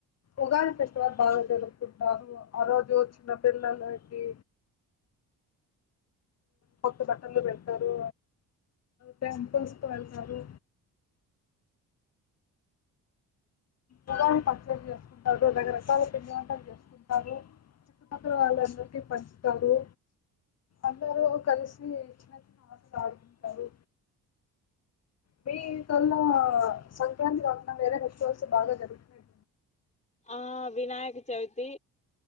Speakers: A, on the left; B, on the left.
A: ఉగాది ఫెస్టివల్ బాగా జారుపుకుంటారు ఆ రోజు చిన్న పిల్లలకి కోత్త బట్టలు పెడ్తారు టెంపల్స్ కి వెళ్తారు ఉగాది పచ్చడి చేసుకుంటారు రకరకాల పిండి వంటలు చేసుకుంటారు చుట్టుపక్కల వాళ్ళందరికీ పంచుతారు అందరూ కలిసి చిన్న చిన్న ఆటల్ ఆడుకుంటారు మీ కాళ్ళ సంక్రాంతి కాకున్నా వేరే ఫెస్టివల్స్ బాగా జరుగుతున్నాయి
B: ఆ వినాయక చవితి